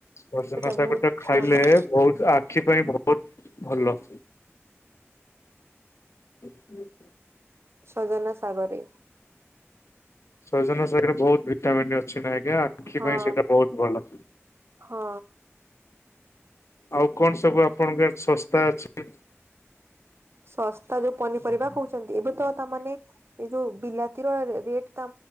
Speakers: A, on the left; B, on the right.
A: ଭଜନ
B: ସେଟା
A: ଶାଗ
B: ବହୁତ
A: ଟା ଖାଇଲେ ବହୁତ ଆଖି ପାଇଁ ବହୁତ ଭଲ। <inaudible>
B: ସଜନା ସାଗରେ
A: ସଜନ ସାଗରେ ବହୁତ ଭିଟାମନ୍ ଅଛି ନା ଆଜ୍ଞା ଆଖି
B: ହଁ
A: ପାଇଁ ସେଇଟା ବହୁତ ଭଲ।
B: ହଁ।
A: ଆଉ କଣ ସବୁ ଆପଣଙ୍କ ଆଡ଼େ ଶସ୍ତା ଅଛି?
B: ଶସ୍ତା ଯୋଉ ପନିପରିବା କହୁଛନ୍ତି ଏବେ ତ ତାମାନେ ଏ ଯୋଉ ବିଲାତିର ରେଟ୍ ତ